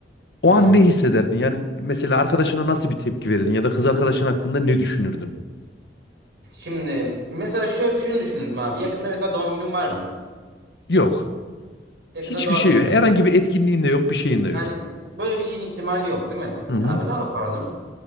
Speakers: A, on the left; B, on the right.
A: O
B: Hmm.
A: an ne hissederdin? Yani mesela arkadaşına nasıl bir tepki verirdin ya da kız arkadaşın hakkında ne düşünürdün?
B: Şimdi mesela şöyle, şunu düşündüm abi. Yakında mesela doğum günüm var mı?
A: Yok.
B: Yakında
A: Hiçbir
B: doğum
A: şey
B: günüm
A: yok.
B: de
A: Herhangi
B: yok.
A: bir etkinliğin de yok, bir şeyin de yok.
B: Yani böyle bir şeyin ihtimali yok değil mi?
A: Hı hı.
B: E Abi ne yapardım?